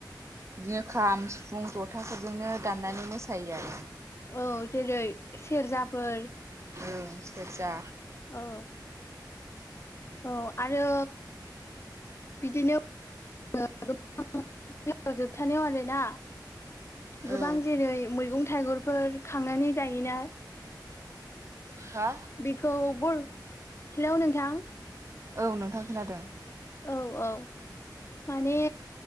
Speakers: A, on the right (about 40°); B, on the left (about 35°).
A: इदिनो खाम, सिफुं, जथाफोरजोंनो दाननानै मोसायो आरो।
B: औ जेरै सेरजाफोर
A: ओं सेरजा
B: औ औ आरो बिदिनो गोबां जोबथानायाव आरो ना। गोबां
A: औ
B: जेरै मैगं थाइगंफोर खांनानै जायोना?
A: हा
B: बेखौ बर हेलौ नोंथां
A: औ नोंथां खोनादों।
B: औ औ माने